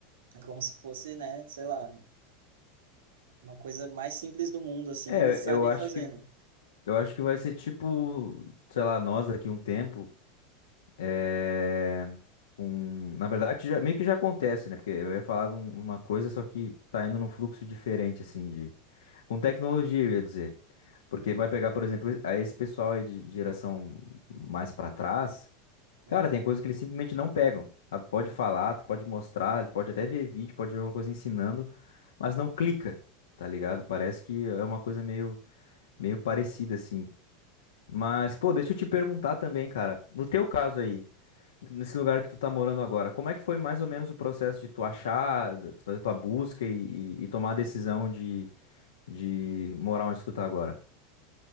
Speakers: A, on the right; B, on the left.
A: é como se fosse, né, sei lá, uma coisa mais simples do mundo, assim,
B: É,
A: eles sabem
B: eu acho
A: fazer,
B: que
A: né?
B: eu acho que vai ser tipo, sei lá, nós aqui um tempo. É, um- na verdade, já- meio que já acontece, né? Porque eu ia falar um- uma coisa, só que tá indo num fluxo diferente, assim, de... Com tecnologia, eu ia dizer. Porque
A: Uhum.
B: vai pegar, por exemplo, a esse pessoal aí de geração mais pra trás,
A: Aham.
B: cara, tem coisas que eles simplesmente não pegam. Ah, tu Pode falar, tu pode mostrar, pode até ver vídeo, pode ver alguma coisa ensinando, mas não clica, tá ligado? Parece que é
A: É
B: uma coisa meio, meio parecida, assim. Mas, pô, deixa eu te perguntar também, cara. No teu caso aí, Nesse lugar que tu tá morando agora, como é que foi mais ou menos o processo de tu achar, de tu fazer tua busca e, e- e tomar a decisão de, de morar onde tu tá agora?